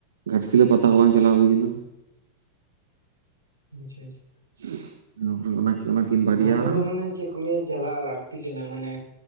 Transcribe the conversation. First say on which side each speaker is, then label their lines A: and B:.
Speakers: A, on the right (about 65°); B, on the right (about 80°).
A: ᱜᱷᱟᱴᱥᱤᱞᱟᱹ ᱯᱟᱛᱟ ᱦᱚᱸ ᱵᱟᱝ ᱪᱟᱞᱟᱣ ᱦᱩᱭ ᱠᱟᱱᱟ ᱾
B: ᱟᱪᱪᱷᱟ ᱟᱪᱷᱟ᱾
A: <unintelligible> ᱵᱟᱨᱭᱟ
B: ᱱᱳᱣᱟ ᱠᱚᱫᱚ
A: ᱟᱨ
B: ᱢᱟᱱᱮ ᱪᱮᱫ ᱠᱚ ᱞᱟᱹᱭᱟ ᱪᱟᱞᱟᱜ ᱞᱟᱠ ᱛᱤ ᱠᱟᱱᱟ ᱢᱟᱱᱮ